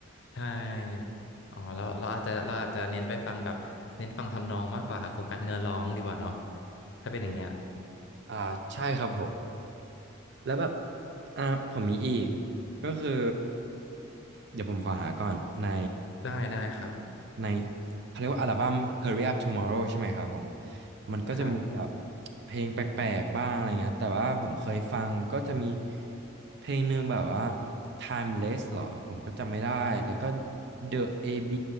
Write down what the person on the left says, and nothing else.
ใช่อ๋อเราเราอาจจะเราอาจจะเน้นไปฟังแบบเน้นฟังทำนองมากกว่าโฟกัสเนื้อร้องดีกว่าเนาะถ้าเป็นอย่างเงี้ย
ได้ได้ครับ
ครับ